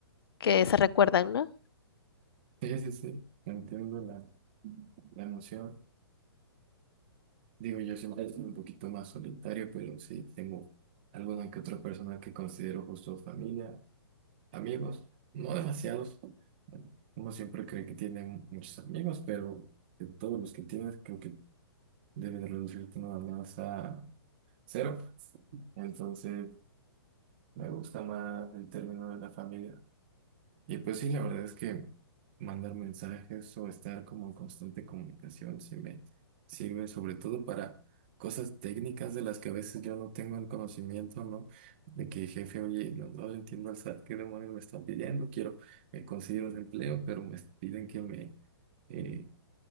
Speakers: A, on the left; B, on the right.
A: que se recuerdan, ¿no?
B: Sí, sí, sí, entiendo la, la emoción. Digo, yo siempre soy un poquito más solitario, pero sí tengo alguna que otra persona que considero justo familia, amigos, no demasiados. Uno siempre cree que tiene muchos amigos, pero de todos los que tienes, creo que debes reducirte nada más a cero. Entonces, me gusta más el término de la familia. Y pues sí, la verdad es que mandar mensajes o estar como en constante comunicación sí me sirve sobre todo para cosas técnicas de las que a veces yo no tengo el conocimiento, ¿no? De que jefe, oye, no, no le entiendo al SAT, ¿qué demonios me están pidiendo? Quiero eh, conseguir un empleo, pero me piden que me, eh,